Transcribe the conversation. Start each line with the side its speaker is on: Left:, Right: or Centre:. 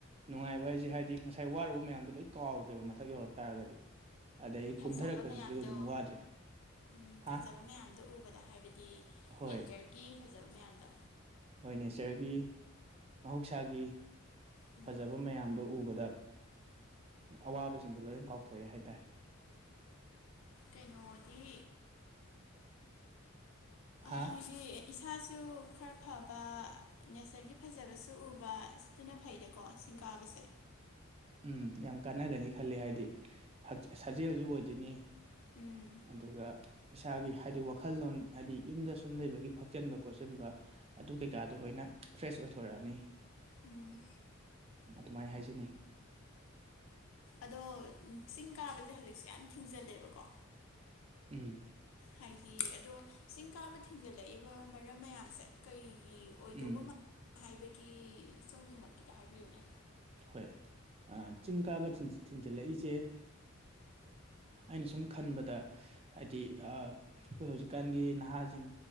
Right: ꯅꯨꯡꯉꯥꯏꯕ ꯍꯥꯏꯁꯦ ꯍꯥꯏꯗꯤ ꯉꯁꯥꯏ ꯋꯥꯔꯨꯕ ꯃꯌꯥꯝꯗꯣ ꯂꯣꯏ ꯀꯥꯎꯒ꯭ꯔꯦꯕ ꯃꯊꯛ ꯌꯧꯔꯛ ꯇꯥꯔꯒꯗꯤ ꯑꯗꯩ
Left: ꯐꯖꯕ
Right: ꯀꯨꯝꯊꯔꯛꯄꯁꯤꯁꯨ
Left: ꯃꯌꯥꯝꯗꯣ
Right: ꯑꯗꯨꯝ ꯋꯥꯗ꯭ꯔꯦ
Left: ꯎꯝ
Right: ꯍꯥ
Left: ꯐꯖꯕ ꯃꯌꯥꯝꯗꯣ ꯎꯕꯗ ꯍꯥꯏꯕꯗꯤ
Right: ꯍꯣꯏ
Left: ꯅꯦꯠꯆꯔꯒꯤ ꯐꯖꯕ ꯃꯌꯥꯝꯗꯣ
Right: ꯑꯣꯏ ꯅꯦꯆꯔꯒꯤ ꯃꯍꯧꯁꯥꯒꯤ
Left: ꯎꯝ
Right: ꯐꯖꯕ ꯃꯌꯥꯝꯗꯣ ꯎꯕꯗ ꯑꯋꯥꯕꯁꯤꯡꯗꯣ ꯂꯣꯏꯅ ꯀꯥꯎꯊꯣꯛꯑꯦ ꯍꯥꯏꯇꯥꯏ
Left: ꯀꯩꯅꯣꯗꯤ
Right: ꯍꯥ
Left: ꯍꯥꯏꯗꯤ ꯏꯁꯥꯁꯨ ꯈꯔ ꯐꯕ ꯅꯦꯆꯔꯒꯤ ꯐꯖꯕꯁꯨ ꯎꯕ ꯁꯤꯅ ꯐꯩꯗꯀꯣ ꯆꯤꯡ ꯀꯥꯕꯁꯦ
Right: ꯎꯝ ꯌꯥꯝ ꯀꯥꯟꯅꯒꯅꯤ ꯈꯂꯦ ꯍꯥꯏꯗꯤ ꯁꯥꯖꯦꯜꯁꯨ ꯑꯣꯏꯗꯣꯏꯅꯤ
Left: ꯎꯝ
Right: ꯑꯗꯨꯒ ꯏꯁꯥꯒꯤ ꯍꯥꯏꯗꯤ ꯋꯥꯈꯜꯂꯣꯟ ꯍꯥꯏꯗꯤ ꯌꯨꯝꯗ ꯁꯨꯝ ꯂꯩꯕꯒꯤ ꯐꯛꯆꯟꯕ ꯈꯣꯠꯆꯟꯕ ꯑꯗꯨ ꯀꯩꯀꯥꯗꯣ ꯂꯣꯏꯅ ꯐ꯭ꯔꯦꯁ ꯑꯣꯏꯊꯣꯔꯛꯑꯅꯤ
Left: ꯎꯝ
Right: ꯑꯗꯨꯃꯥꯏ ꯍꯥꯏꯖꯅꯤꯡꯉꯤ꯫
Left: ꯑꯗꯣ ꯆꯤꯡ ꯀꯥꯕꯗꯤ ꯍꯧꯖꯤꯛꯁꯦ ꯌꯥꯝ ꯊꯤꯡꯖꯤꯜꯂꯦꯕꯀꯣ
Right: ꯎꯝ
Left: ꯍꯥꯏꯗꯤ ꯑꯗꯣ ꯆꯤꯡ ꯀꯥꯕ ꯊꯤꯡꯖꯤꯜꯂꯛꯏꯕ ꯃꯔꯝ ꯃꯌꯥꯝꯁꯦ ꯀꯩꯒꯤ ꯑꯣꯏꯗꯧꯕ
Right: ꯎꯝ
Left: ꯃꯥꯟ ꯍꯥꯏꯕꯒꯤ ꯁꯣꯝꯒꯤ ꯃꯣꯠ ꯈꯤꯇ ꯍꯥꯏꯕꯤꯌꯨꯅꯦ
Right: ꯍꯣꯏ ꯑ ꯆꯤꯡ ꯀꯥꯕ ꯊꯤꯟ ꯊꯤꯟꯖꯤꯜꯂꯛꯏꯁꯦ ꯑꯩꯅ ꯁꯨꯝ ꯈꯟꯕꯗ ꯍꯥꯏꯗꯤ ꯑ ꯈꯣꯏ ꯍꯧꯖꯤꯛꯀꯥꯟꯒꯤ ꯅꯍꯥꯁꯤꯡ